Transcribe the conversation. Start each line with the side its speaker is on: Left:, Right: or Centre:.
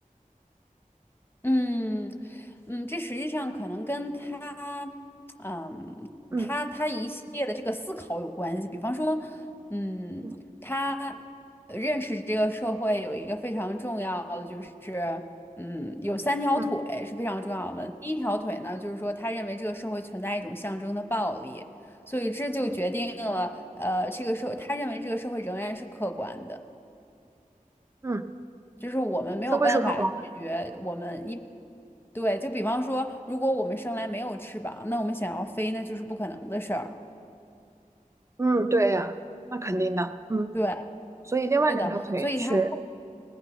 Left: 嗯嗯，这实际上可能跟他，嗯，
Right: 嗯
Left: 他他一系列的这个思考有关系。比方说，嗯，
Right: 嗯
Left: 他呃认识这个社会有一个非常重要的，就是嗯，有三条腿是非常重要的。
Right: 嗯
Left: 第一条腿呢，就是说他认为这个社会存在一种象征的暴力，所以这就决定了，呃，这个社他认为这个社会仍然是客观的。
Right: 嗯。
Left: 就是我们没有办法拒绝我们一，
Right: 社会是客观的
Left: 对，就比方说，如果我们生来没有翅膀，那我们想要飞，那就是不可能的事儿。
Right: 嗯，对呀，那肯定的。嗯，
Left: 对，
Right: 所以另外两条腿是，
Left: 是的，所以它